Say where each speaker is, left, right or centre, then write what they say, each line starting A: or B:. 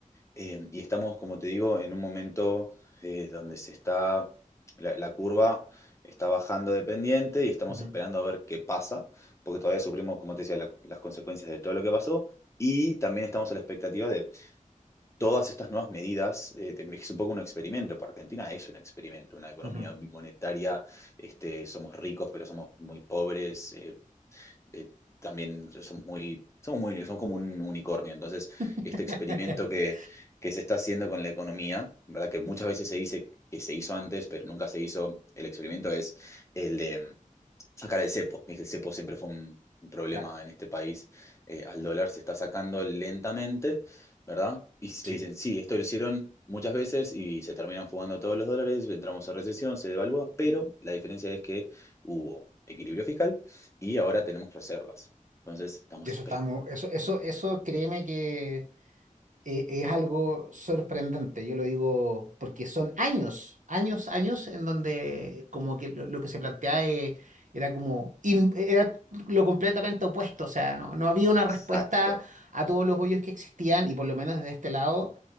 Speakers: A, on the left (about 20°); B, on the right (about 65°).
A: Eh, y estamos, como te digo, en un momento eh, donde se está, la, la curva está bajando de pendiente y estamos
B: ujú,
A: esperando a ver qué pasa, porque todavía sufrimos, como te decía, la- las consecuencias de todo lo que pasó. Y también estamos a la expectativa de todas estas nuevas medidas. eh, de- es un poco un experimento para Argentina, es un experimento, una economía
B: ujú.
A: bimonetaria. Este, somos ricos, pero somos muy pobres. eh, eh, también somos muy, somos muy, somos como un unicornio. Entonces,
B: <laughs>
A: este experimento que, que se está haciendo con la economía, ¿verdad? Que muchas veces se dice que se hizo antes, pero nunca se hizo. El experimento es el de sacar el cepo. El cepo siempre fue un, un problema
B: Claro,
A: en este país. Eh, al dólar se está sacando lentamente, ¿verdad? Y le
B: sí.
A: dicen, sí, esto lo hicieron muchas veces y se terminan fugando todos los dólares, entramos a recesión, se devalúa, pero la diferencia es que hubo equilibrio fiscal y ahora tenemos reservas. Entonces, estamos
B: Eso
A: esperando.
B: estamos, eso, eso, eso, créeme que eh, es algo sorprendente, yo lo digo porque son años, años, años en donde como que lo, lo que se plantea eh, era como in- era lo completamente opuesto, o sea, no, no había una respuesta
A: Exacto.
B: a todos los hoyos que existían y por lo menos desde este lado,